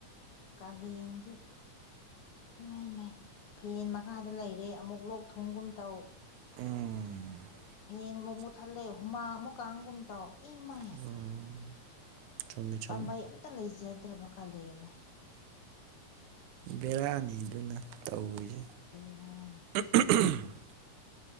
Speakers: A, on the left; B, on the right.
A: ꯀꯥꯂꯦꯟꯗꯤ ꯃꯩ ꯃꯩ ꯐꯦꯟ ꯃꯈꯥꯗ ꯂꯩꯔꯦ ꯑꯃꯨꯛ ꯂꯣꯛ ꯊꯨꯡꯒꯨꯝ ꯇꯧ
B: ꯎꯝ
A: ꯐ‌ꯦꯟ ꯑꯃꯨꯛ ꯃꯨꯠꯊꯠꯂꯛꯦ ꯍꯨꯃꯥꯡ ꯑꯃꯨꯛ ꯀꯥꯡꯒꯨꯝ ꯇꯧ ꯏꯃꯥꯏ
B: ꯎꯝ ꯆꯨꯝꯃꯤ ꯆꯨꯝꯃꯤ
A: ꯄꯥꯝꯕꯩ ꯑꯝꯇ ꯂꯩꯖꯗ꯭ꯔꯕ ꯀꯥꯂꯦꯟꯅꯤ
B: ꯕꯤꯔꯌꯥꯅꯤꯗꯨꯅ ꯇꯧꯔꯤꯁꯦ
A: ꯕꯤꯔꯅꯤ
B: <unintelligible>